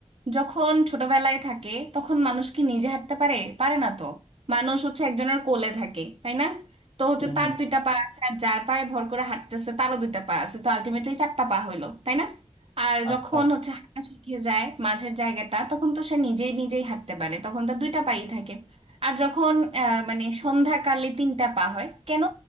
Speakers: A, on the right (about 65°); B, on the left (about 50°).
A: যখন ছোটবেলায় থাকে তখন মানুষ কি নিজে হাঁটতে পারে পারে না তো মানুষ হচ্ছে একজনের কোলে থাকে তাই না তো হচ্ছে
B: হুম
A: তার
B: হুম
A: দুইটা পা আছে আর যার পায়ে ভর করে হাঁটতেছে তারও দুইটা পা আছে তো আলটিমেটলি চারটা পা হইলো তাই না আর
B: আচ্ছা
A: যখন হচ্ছে হাঁটা শিখে যায় মাঝের জায়গাটা তখন তো সে নিজেই নিজেই হাঁটতে পারে তখন তার দুইটা পাই থাকে আর যখন আহ, মানে সন্ধ্যাকালে তিনটা পা হয় কেন